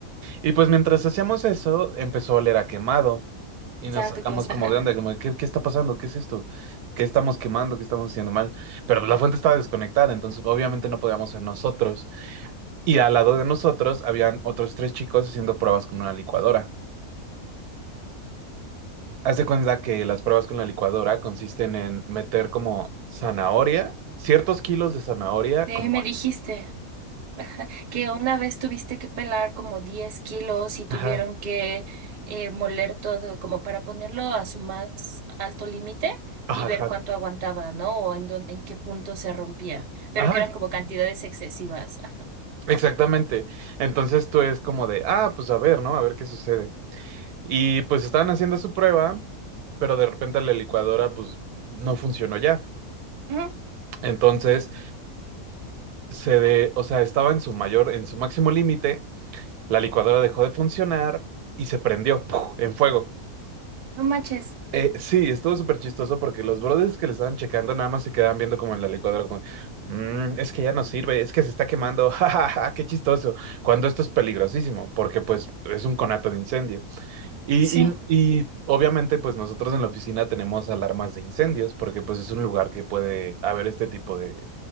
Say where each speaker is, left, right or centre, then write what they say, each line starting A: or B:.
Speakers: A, on the right; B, on the right.
A: Y pues mientras hacíamos eso, empezó a oler a quemado. Y
B: Santa
A: nos sacamos
B: Claus,
A: como
B: ajá.
A: de onda, como, de, ¿qué, qué está pasando? ¿Qué es esto? ¿Qué estamos quemando? ¿Qué estamos haciendo mal? Pero pues, la fuente estaba desconectada, entonces obviamente no podíamos ser nosotros. Y al lado de nosotros habían otros tres chicos haciendo pruebas con una licuadora. Haz de cuenta que las pruebas con la licuadora consisten en meter como zanahoria, ciertos kilos de zanahoria,
B: Sí,
A: como...
B: me dijiste. que una vez tuviste que pelar como 10 kilos y tuvieron
A: Ajá,
B: que eh, moler todo como para ponerlo a su más alto límite
A: ajá,
B: y ver
A: ajá,
B: cuánto aguantaba, ¿no? O en dónde- en qué punto se rompía, pero
A: ajá,
B: que eran como cantidades excesivas. Ajá.
A: exactamente. Entonces tú es como de, ah, pues a ver, ¿no? A ver qué sucede. Y pues estaban haciendo su prueba, pero de repente la licuadora pues no funcionó ya.
B: Ujú.
A: Entonces, se de, o sea, estaba en su mayor, en su máximo límite, la licuadora dejó de funcionar y se prendió ¡puf! en fuego.
B: No manches.
A: Eh, sí, estuvo súper chistoso porque los brothers que le estaban checando nada más se quedaban viendo como en la licuadora, como, "Mm, es que ya no sirve, es que se está quemando, <laughs> jajaja, qué chistoso, cuando esto es peligrosísimo, porque pues es un conato de incendio. Y,
B: Sí.
A: y- y obviamente, pues nosotros en la oficina tenemos alarmas de incendios, porque pues es un lugar que puede haber este tipo de,